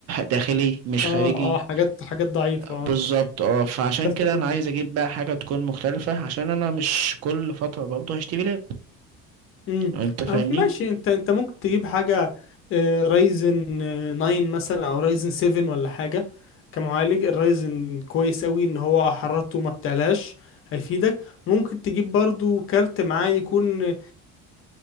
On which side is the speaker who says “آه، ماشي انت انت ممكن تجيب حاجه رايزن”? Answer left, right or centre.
Left